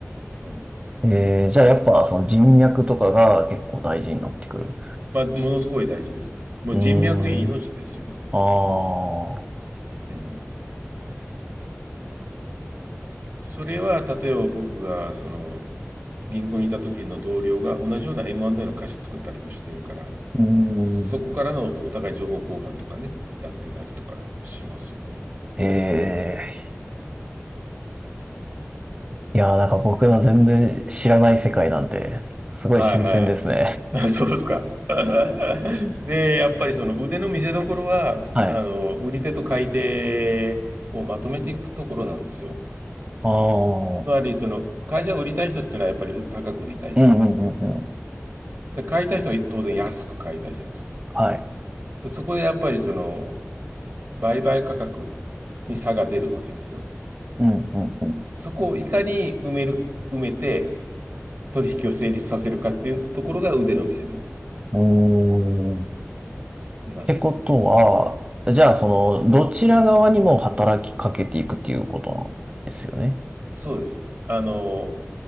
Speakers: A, on the right; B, on the right.
A: うん。
B: えー、じゃあやっぱその人脈とかが結構大事になってくる。
A: うん。まあ、ものすごい大事ですね。もう人脈に命ですよね。
B: うーん。ああ。
A: うん。それは、例えば僕が、その、銀行にいた時の同僚が同じような M&A の会社作ったりもしてるから、
B: うーん。
A: そこからのお互い情報交換とかね、やってたりとかしますよね。
B: ああ。ええいやー、なんか僕の全然知らない世界なんて、すごい新鮮ですね。
A: はいはい。<laughs> そうですか。<laughs>
B: うん。
A: で、やっぱりその腕の見せ所は、
B: はい。
A: あの、売り手と買い手をまとめていくところなんですよ。
B: ああ。うん
A: つまり、その、会社を売りたい人っていうのはやっぱりう高く売りたいじゃないですか。
B: うんうんうん。
A: で、買いたい人は当然安く買いたいじゃないですか。
B: はい。
A: で、そこでやっぱりその、売買価格に差が出るわけですよ。
B: うんうん
A: そこをいかに埋める、埋めて取引を成立させるかっていうところが腕の見せ所
B: うん。うーん。っ
A: なんですよね。
B: てことは、じゃあその、どちら側にも働きかけていくっていうことなんですよね。
A: そうです。あの、